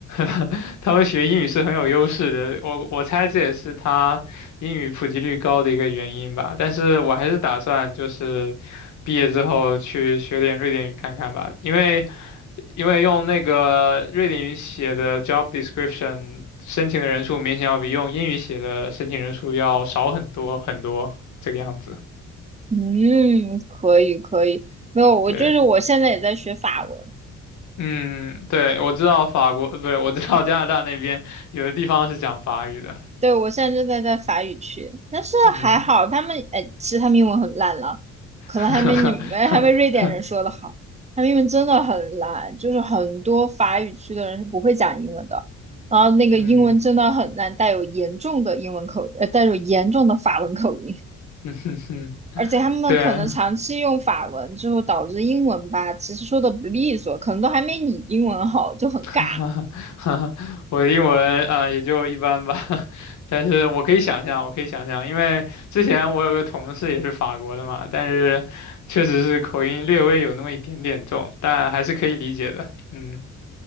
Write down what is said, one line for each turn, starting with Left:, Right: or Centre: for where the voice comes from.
Left: <laughs> 他们学英语是很有优势的，我我猜这也是他英语普及率高的一个原因吧。但是我还是打算就是毕业之后去学点瑞典语看看吧，因为因为用那个瑞典语写的 job description 申请的人数明显要比用英语写的申请人数要少很多很多，这个样子。
Right: 嗯，可以可以，没有，我就是我现在也在学法文，
Left: 对，嗯，对，我知道法国，呃不对，我知道加拿大那边有的地方是讲法语的。
Right: 对，我现在正在在法语区，但是还好他们，
Left: 嗯，
Right: 哎，其实他们英文很烂了，
Left: <laughs>
Right: 可能还没你们还没瑞典人说的好，他们英文真的很烂，就是很多法语区的人是不会讲英文的，然后那个英文真的很烂，
Left: 嗯，
Right: 带有严重的英文口，呃，带有严重的法文口音，
Left: <laughs>
Right: 而且他们可能长期用法文之后导致英文吧，
Left: 对，
Right: 其实说的不利索，可能都还没你英文好，就很尬。
Left: <laughs> 哈哈，<laughs> 我的英文啊、呃也就一般吧，<laughs> 但是我可以想象，我可以想象，因为之前我有个同事也是法国的嘛，但是确实是口音略微有那么一点点重，但还是可以理解的。嗯，